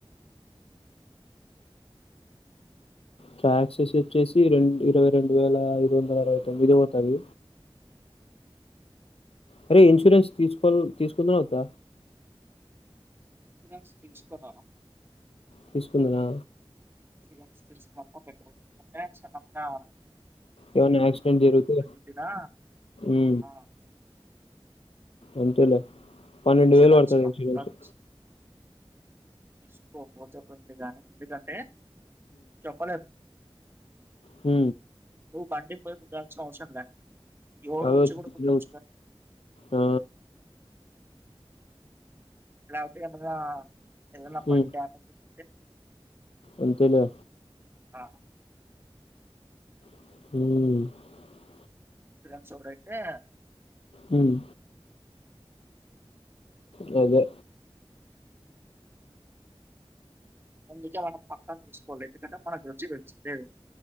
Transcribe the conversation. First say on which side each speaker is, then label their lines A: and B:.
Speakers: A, on the left; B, on the right.
A: ట్రాక్సెస్ వచ్చేసి రెం ఇరవై రెండు వేల ఐదు వందల అరవై తొమ్మిది పోవుతది అరే ఇన్సూరెన్స్ తీసుకో తీసుకున వద్ద
B: షురెంన్స్ తీసుకున
A: తీసుకొలేదా
B: శుల తెలుసుకు మాత్రం పెట్ట ఎందుకంటే సా
A: ఏవనా ఎక్సిడెట్ జరుతు
B: గుద్దినా
A: ఉ
B: ఆ
A: అంతేలే పన్నెండు
B: ఇన్సూరెన్స్
A: వేలు పడుతుంది
B: పక్కా
A: ఇన్సురెన్సు
B: తీస్ తీసుకోకపోతే పోయిందిగానీ ఎందుకంటే చకలేట్
A: హ
B: పు బండి పైప్ దాచిన అఔషర్లా ఎవడో
A: అవే
B: వచ్చి కూడా గుర్తు
A: బిల్లు
B: వుచ్చిన
A: ఆ
B: క్లారిటి ఏం వుంది రా ఎదన్న
A: హ్మ్
B: పని డ్యామేజ్ ఉంటే
A: అంతేలే
B: ఆ
A: మ్
B: ఇజం సోడయితే
A: మ్ గదే
B: అందుకే మన పక్క తీసుకోలే ఏమిటంట <inaudible>